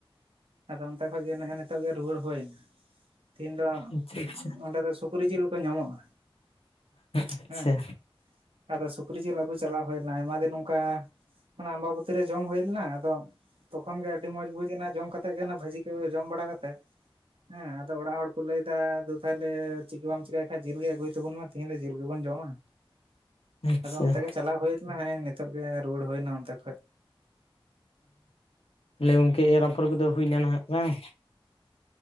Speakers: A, on the right (about 70°); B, on the left (about 85°).
A: ᱟᱫᱚᱢ ᱛᱮ ᱠᱷᱚᱱᱚᱡ ᱜᱮ ᱱᱮᱜ-ᱮ ᱱᱤᱛᱚᱜ ᱜᱮ ᱨᱩᱭᱟᱹᱲ ᱦᱳᱹᱭ ᱱᱟ᱾ ᱛᱤᱱ ᱫᱚ
B: ᱟᱪᱪᱷᱟ
A: ᱚᱸᱰᱮ ᱫᱚ ᱥᱩᱠᱨᱤ ᱡᱤᱞ ᱠᱚ ᱧᱟᱢᱚᱜᱼᱟ᱾
B: ᱟᱪᱪᱷᱟ
A: ᱦᱮᱸ ᱟᱫᱚ ᱥᱩᱠᱨᱤ ᱡᱤᱞ ᱟᱹᱜᱩ ᱪᱟᱞᱟᱣ ᱦᱩᱭᱱᱟ ᱟᱭᱢᱟ ᱫᱤᱱ ᱚᱱᱠᱟ ᱢᱟᱱᱮ ᱟᱢᱵᱟᱵᱟᱹᱛᱤ ᱨᱮ ᱡᱚᱢ ᱦᱩᱭ ᱞᱮᱱᱟ, ᱟᱫᱚ ᱛᱚᱠᱷᱚᱱ ᱜᱮ ᱟᱹᱰᱤ ᱢᱚᱸᱡᱽ ᱵᱩᱡ ᱮᱱᱟ ᱡᱚᱢ ᱠᱟᱛᱮᱜ ᱜᱮ ᱵᱷᱟᱹᱡᱤ ᱠᱚ ᱡᱚᱢ ᱵᱟᱲᱟ ᱠᱟᱛᱮᱜ ᱦᱮᱸ ᱟᱫᱚ ᱚᱲᱟᱜ ᱦᱚᱲ ᱠᱚ ᱞᱟᱹᱭ ᱫᱟ ᱫᱩ ᱛᱟᱦᱚᱞᱮ ᱪᱮᱫᱜᱮ ᱵᱟᱢ ᱪᱮᱠᱟᱭ ᱠᱷᱟᱡ ᱡᱤᱞ ᱜᱮ ᱟᱹᱜᱩᱭ ᱛᱟᱵᱚᱱ ᱢᱮ ᱛᱮᱦᱤᱧ ᱫᱚ ᱡᱤᱞ ᱜᱮᱵᱚᱱ ᱡᱚᱢᱟ ᱾
B: ᱟᱪᱪᱷᱟ
A: ᱟᱫᱚ ᱚᱱᱛᱮ ᱜᱮ ᱪᱟᱞᱟᱣ ᱦᱩᱭ ᱞᱮᱱᱟ ᱦᱮᱸᱜ-ᱮ ᱱᱤᱛᱳᱜ ᱜᱮ ᱨᱩᱣᱟᱹᱲ ᱦᱩᱭᱱᱟ ᱚᱱᱛᱮ ᱠᱷᱚᱡ ᱾
B: ᱛᱟᱦᱞᱮ ᱜᱚᱢᱠᱮ ᱮᱨᱯᱷᱚᱨ ᱠᱚᱫᱚ ᱦᱩᱭ ᱱᱟ ᱱᱟᱦᱟᱜ ᱵᱟᱝ?